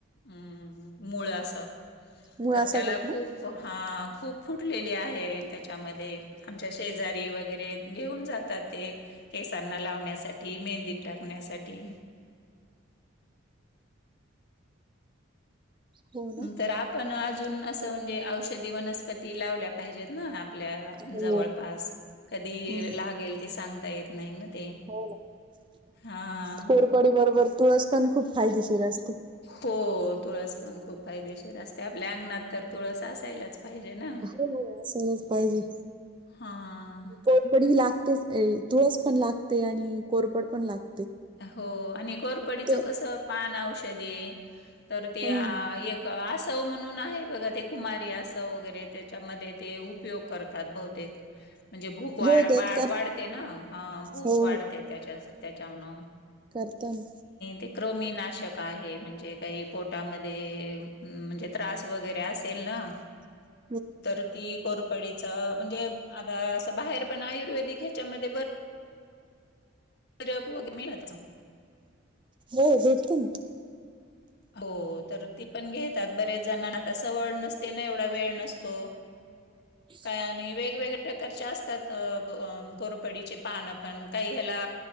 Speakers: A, on the left (about 50°); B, on the right (about 25°).
A: हम्म मूळ असं
B: मुळासकट
A: तर त्याला
B: ना?
A: खूप हा खूप फुटलेली आहे त्याच्यामध्ये आमच्या शेजारी वगैरे घेऊन जातात ते केसांना लावण्यासाठी टी मेहंदीत टाकण्यासाठी
B: हो ना.
A: तर आपण अजून असं म्हणजे औषधी वनस्पती लावल्या पाहिजेत ना आपल्या
B: हो
A: जवळपास कधी
B: हम्म
A: लागेल ते सांगता येत नाही ना ते.
B: हो ना
A: हां.
B: कोरपडी बरोबर तुळस पण खूप फायदेशीर असते
A: हो तुळस पण खूप फायदेशीर असते आपल्या अंगणात तर तुळस असायलाच पाहिजे ना
B: हो हो असालाच पाहिजे
A: हां.
B: कोरपडी लागतेच तुळस पण लागते आणि कोरपड पण लागते
A: हो आणि करपडीचं
B: ते
A: कस पान औषधे तर ते
B: हम्म
A: एक आव म्हणून आहे बघा ते कुमारी असव वगैरे त्याच्यामध्ये ते उपयोग करतात बहतेक म्हणजे भूक वा
B: हो त्यात
A: वा
B: कर
A: वाढते ना हा भूक
B: हो
A: वाढते त्याच्या त्याच्यान
B: करतना
A: ते क्रनाशक आहे म्हणजे काही पोटामध्ये म्हणजे त्रास वगैरे असेल ना.
B: <inaudible>
A: तर ती कोरपडीच म्हणजे आता अस बाहेर पण आयुर्वेदिक ह्याच्यामध्ये भर <unintelligible>
B: हो भेटते ना.
A: हो तर ती पण घेतात. बरेच जणांना आता सवळ नसते ना. एवढा वेळ नसतो.
B: <unintelligible>
A: का आणि वेगवेगळ्या प्रकारच्या असतात. ब कोरपडीचे पानं पण काही ह्याला